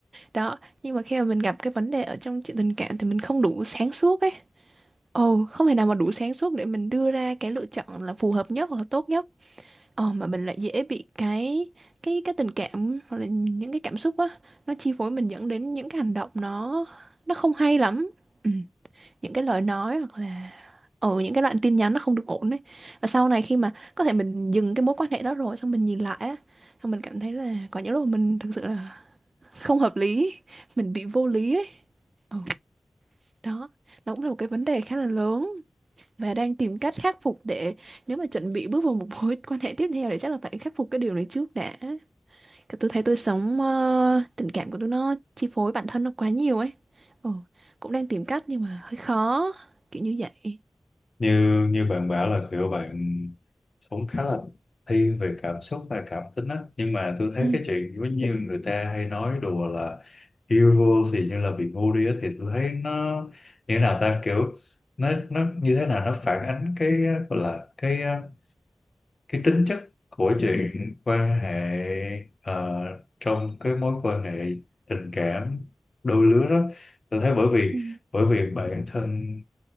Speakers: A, on the right; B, on the left.
A: Đó, nhưng mà khi mà mình gặp cái vấn đề ở trong chuyện tình cảm thì mình không đủ sáng suốt ấy. Ồ, không thể nào mà đủ sáng suốt để mình đưa ra cái lựa chọn là phù hợp nhất hoặc là tốt nhất. Ờ, mà mình lại dễ bị cái cái cái tình cảm hoặc là những cái cảm xúc á nó chi phối mình dẫn đến những cái hành động nó nó không hay lắm. Ừ, những cái lời nói hoặc là ở những cái đoạn tin nhắn nó không được ổn đấy. Và sau này khi mà có thể mình dừng cái mối quan hệ đó rồi xong mình nhìn lại á, xong mình cảm thấy là có những lúc mình thực sự là không hợp lý, mình bị vô lý ấy. Ừ, đó, nó cũng là một cái vấn đề khá là lớn và đang tìm cách khắc phục để nếu mà chuẩn bị bước vào một mối quan hệ tiếp theo thì chắc là phải khắc phục cái điều này trước đã. Cái Tôi thấy tôi sống ờ, tình cảm của tôi nó chi phối bản thân nó quá nhiều ấy. Ừ, cũng đang tìm cách nhưng mà hơi khó kiểu như vậy.
B: như như bạn bảo là kiểu bạn sống khá là thiên về cảm xúc và cảm tính á nhưng mà tôi thấy
A: Ừ.
B: cái chuyện giống như người ta hay nói đùa là yêu vô thì như là bị ngu đi á thì tôi thấy nó như thế nào ta kiểu nó nó như thế nào nó phản ánh cái uh, gọi là cái uh, cái tính chất của chuyện quan hệ ờ, trong cái mối quan hệ tình cảm đôi lứa đó tôi thấy bởi vì
A: Ừ,
B: bởi vì bản thân